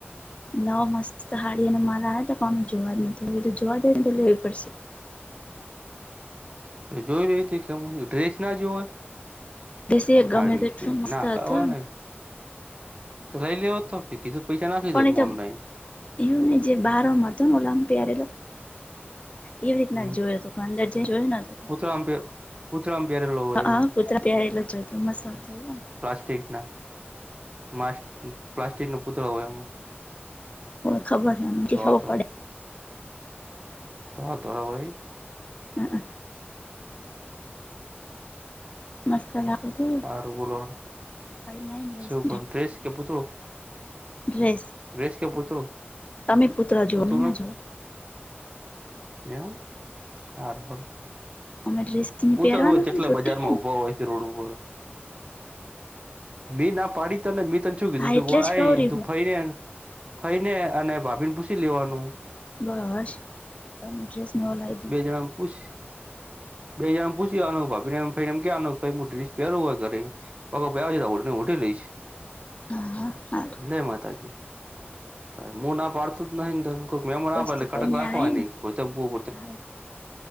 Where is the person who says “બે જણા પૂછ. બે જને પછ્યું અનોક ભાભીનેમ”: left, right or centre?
Right